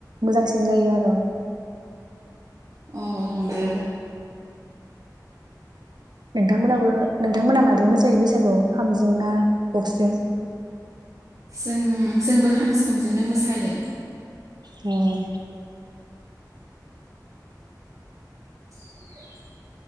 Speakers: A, on the right; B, on the right.
A: मोजांसिन जायो आर।
B: अ नंगो।
A: नोंथांमोनाबो नोंथांमोना माजों मोसायो बैसागु खामजों ना बक्सजों?
B: जों जोंबो खाम सिफुंजोंनो मोसायो।
A: होम
B: <unintelligible>